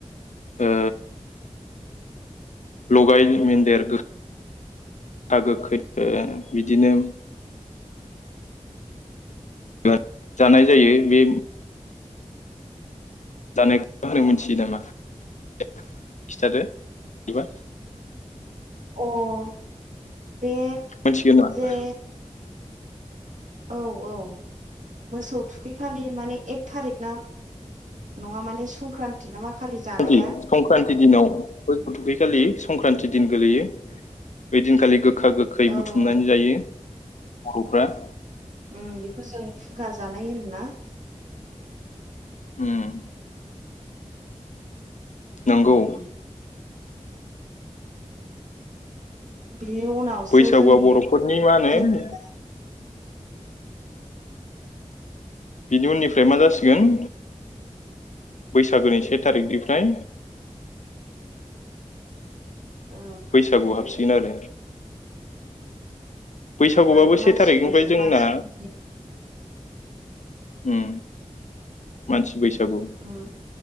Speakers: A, on the left; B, on the right.
A: ओ लगाय मोन्देर <unintelligible> बिदिनो <unintelligible> जानाय जायो बे जानाय होनो मिथियो नामा <inaudible> खिथादो बिबा
B: अ बे
A: मिथिगोन नामा
B: जे औ औ मोसौ थुखैखालि माने थारिख ना नङा माने संक्रान्ति ना मा खालि जानाया
A: क्रानथि संक्रान्ति दिनाव बय थुखैखालि संक्रान्ति दिन गोलैयो बे दिनखालि गो गोखा गोखै
B: औ
A: बुथुमनानै
B: औ
A: जायो। बर'फोरा
B: ओम बेखौ जों खुगा जानाय होनोना?
A: होम नंगौ
B: ओम ओम बि बेनि उनावसो
A: बैसागुआ
B: जोंनि
A: बर'फोरनि मा होनो
B: जोंनिनो
A: बिनि उननिफ्राय मा जासिगोन बैसागोनि से थारिखनिफ्राय
B: ओ
A: बैसागु हाबसै फिन आरो बैसागुबाबो
B: माने मानसि
A: से थारिखनिफ्राय
B: बैसा
A: जोंना
B: मानसिफोरनि
A: उम मानसि बैसाग जागौ
B: उम